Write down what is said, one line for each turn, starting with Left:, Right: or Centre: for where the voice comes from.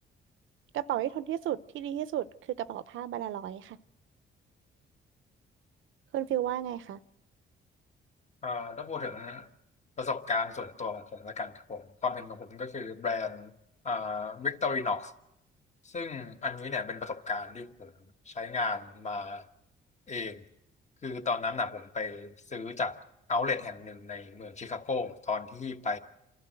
Right: กระเป๋าที่ทนที่สุดที่ดีที่สุดคือกระเป๋าผ้าบานาลอยค่ะคุณฟิลว่าไงคะ
Left: เอ่อถ้าพูดถึงประสบการณ์ส่วนตัวของผมแล้วกันครับผมความเห็นของผมก็คือแบรนด์เอ่อ Victorinox ซึ่งอันนี้เนี่ยเป็นประสบการณ์ที่ผมใช้งานมาเองคือตอนนั้นน่ะผมไปซื้อจากเอาท์เล t แห่งหนึ่งในเมืองชิคาโกตอนที่ไป